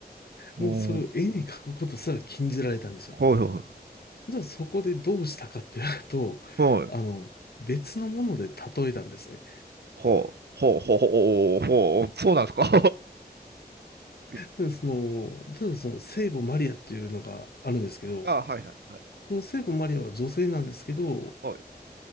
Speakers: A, on the right (about 80°); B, on the left (about 70°).
A: うん。
B: もうそれを絵に描くことすら禁じられたんですよ。
A: はいは
B: じゃあそこでどうしたかっていうと、
A: い。はい。
B: あの、別のもので例えたんですね。
A: ほう、ほう、ほう、ほう、ほう、ほうそうなんですか。<laughs>
B: で、その、例えばその聖母マリアっていうのがあるんですけど、
A: あ、はいはいはい。
B: その聖母マリアは女性なんですけど、
A: はい、